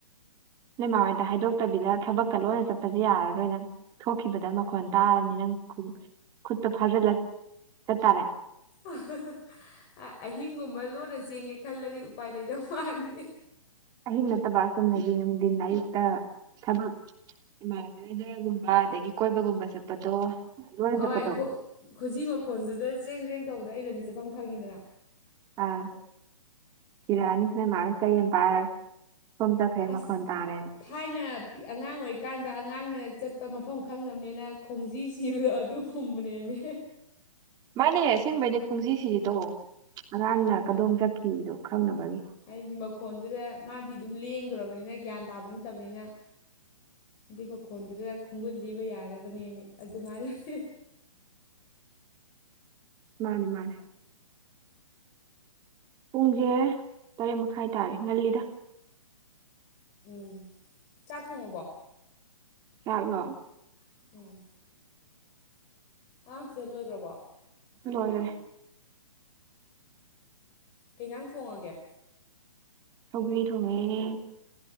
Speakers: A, on the right; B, on the left.
A: ꯅꯣꯏ ꯃꯥ ꯍꯣꯏꯗ ꯍꯥꯏꯗꯣꯛꯇꯕꯤꯗ ꯊꯕꯛꯀ ꯂꯣꯟꯅ ꯆꯠꯄꯁꯦ ꯌꯥꯔꯔꯣꯏ ꯅꯪ ꯊꯣꯛꯈꯤꯕꯗ ꯃꯈꯣꯟ ꯇꯥꯔꯅꯤ ꯅꯪ ꯈꯨ ꯈꯨꯠꯇ ꯐꯥꯖꯤꯜꯂ ꯆꯠꯇꯥꯔꯦ
B: ꯑ ꯍꯥ ꯍꯥ ꯑꯥ ꯑꯍꯤꯡꯒꯨꯝꯕ ꯂꯣꯟꯅ ꯆꯦꯟꯒꯦ ꯈꯜꯂꯗꯤ ꯎꯄꯥꯏ ꯂꯩꯗꯧ ꯃꯥꯟꯗꯦ
A: ꯑꯍꯤꯡ ꯅꯠꯇꯕ ꯆꯨꯝꯅꯥꯒꯤ ꯅꯨꯡꯊꯤꯟ ꯑꯌꯨꯛꯇ ꯊꯕꯛ ꯏꯃꯥꯟꯅꯕꯤ ꯍꯣꯏꯗꯥꯒꯨꯝꯕ ꯑꯗꯒꯤ ꯀꯣꯏꯕꯒꯨꯝꯕ ꯆꯠꯄꯗꯣ ꯂꯣꯟꯅ
B: ꯑꯣꯏ
A: ꯆꯠꯄꯗꯣ
B: ꯈꯣ ꯈꯨꯖꯤ ꯃꯈꯣꯟꯗꯨꯗ ꯆꯦꯡ ꯆꯔꯦꯡ ꯇꯧꯕꯗ ꯑꯩ ꯂꯝꯕꯤ ꯆꯠꯐꯝ ꯈꯪꯉꯤꯗꯅ
A: ꯑꯥ ꯊꯤꯔꯛꯑꯥꯅꯤ ꯅꯣꯏ ꯃꯅꯥ ꯆꯩ ꯑꯃꯥ ꯄꯥꯔꯒꯥ ꯁꯣꯝ ꯆꯠꯈꯔꯦ
B: ꯑꯁ
A: ꯃꯈꯣꯟ ꯇꯥꯔꯦꯅ
B: ꯊꯥꯏꯅ ꯑꯉꯥꯡ ꯑꯣꯏꯔꯤꯀꯥꯟꯗ ꯑꯉꯥꯡꯅ ꯆꯠꯄ ꯃꯐꯝ ꯈꯪꯅꯥꯕꯅꯦꯅ ꯈꯣꯡꯖꯤ ꯁꯤꯕꯗꯣ ꯑꯗꯨ ꯄꯨꯝꯕꯅꯦꯃꯤ ꯍꯦ
A: ꯃꯥꯅꯦ ꯑꯁꯦꯡꯕꯩꯅꯦ ꯈꯣꯡꯖꯤ ꯁꯤꯔꯤꯗꯣ ꯑꯉꯥꯡꯅ ꯀꯗꯣꯝ ꯆꯠꯈꯤꯗꯣ ꯈꯪꯅꯕꯒꯤ
B: ꯍꯥꯏꯗꯤ ꯃꯈꯣꯟꯗꯨꯗ ꯃꯥꯗꯤ ꯑꯗꯨꯝ ꯂꯦꯡꯗ꯭ꯔꯣꯕꯅꯤꯅ ꯒ꯭ꯌꯥꯟ ꯇꯥꯕ ꯅꯠꯇꯕꯅꯤꯅ ꯑꯗꯨꯏ ꯃꯈꯣꯟꯗꯨꯗ ꯈꯣꯡꯒꯨꯟ ꯂꯤꯕ ꯌꯥꯅꯕꯅꯦꯃꯤ ꯑꯗꯨꯃꯥꯏꯅꯗꯤ
A: ꯃꯥꯅꯦ ꯃꯥꯅꯦ ꯄꯨꯡꯁꯦ ꯇꯔꯦꯠ ꯃꯈꯥꯏ ꯇꯥꯔꯦ ꯉꯜꯂꯤꯗ
B: ꯎꯝ ꯆꯥꯛ ꯊꯣꯡꯉꯕꯣ
A: ꯆꯥꯥꯛꯂꯣ
B: ꯎꯝ ꯑꯉꯥꯡ ꯇꯨꯏꯁꯟ ꯂꯣꯏꯒ꯭ꯔꯕꯣ
A: ꯂꯣꯏꯒꯔꯦ
B: ꯀꯩ ꯏꯟꯖꯥꯡ ꯊꯣꯡꯉꯒꯦ
A: ꯁꯧꯒ꯭ꯔꯤ ꯊꯣꯡꯉꯦ